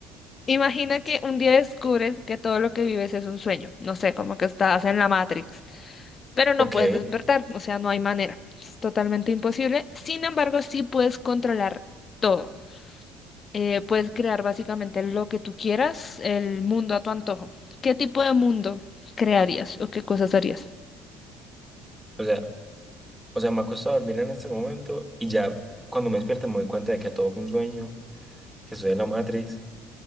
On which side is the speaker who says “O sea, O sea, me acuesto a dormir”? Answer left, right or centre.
Centre